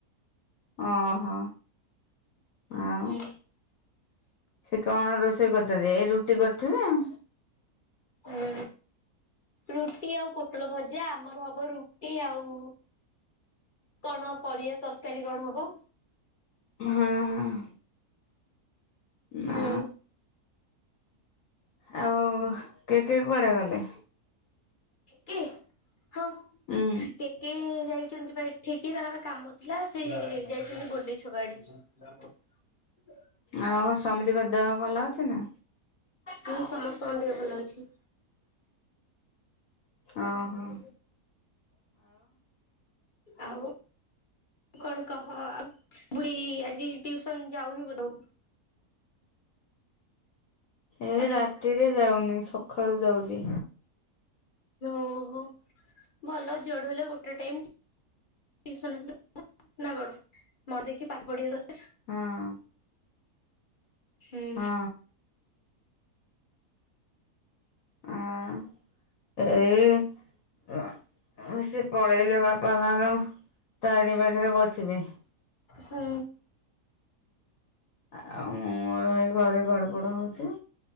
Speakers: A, on the left (about 65°); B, on the left (about 50°).
A: ଓହୋ ଆଉ
B: ହୁଁ।
A: ସେ କଣ ରୋଷେଇ କରୁଚନ୍ତି ଏଇ ରୁଟି କରିଥିବେ ଆଉ।
B: ହୁଁ ରୁଟି ଆଉ ପୋଟଳ ଭଜା ଆମର ହବ ରୁ ଟି ଆଉ କଣ ପରିବା ତରକାରୀ କଣ ହବ।
A: ହୁଁ ହଁ।
B: ହୁଁ
A: ନା ଆଉ କେକେ କୁଆଡେ ଗଲେ?
B: କେକେ ହଁ
A: ହୁଁ
B: କେକେ ଯାଇଛନ୍ତି ପା ଏ ଠିକି ତାଙ୍କର କାମ ଥିଲା ସେ ଯାଇଛନ୍ତି ଗୋଲେଇ ଛକ ଆଡେ।
A: ଆଉ ସମିତିଙ୍କର ଦେହ ଭଲ ଅଛି ନା।
B: ହୁଁ ସମସ୍ତଙ୍କର ଦେହ ଭଲ ଅଛି।
A: ଅ ହଁ।
B: ଆଉ କଣ କହ ଆଉ <unintelligible> ଆଜି ଟିଉସନ ଯାଉନି ବୋଧୁ
A: ଏ
B: ହ୍ୟାଲୋ
A: ରାତିରେ ଯାଉନି ସ ଖାଳୁ ଯାଉଚି।
B: ଓହୋ ଭଲ ଯୁଆଡୁ ହେଲେ ଗୋଟେ ଟାଇମ୍ ଟିଉସନ <inaudible> ନା କଣ ନ ଦେଖି ପାଠ ପଢିବା ଦରକାର।
A: ହଁ।
B: ହୁଁ।
A: ହଁ ଆଉ ଏ ଏ ଅ ଆ ଆଉଁ ସିଏ ପଳେଇଲେ ବାପା ମା <unintelligible> ତାରି ପାଖେରେ ବସିବେ।
B: ହୁଁ।
A: ଆ ଆଉ ମୁଁ ମୋର ଏଇ ଘରେ ଗଡ ପଡ ହଉଛି।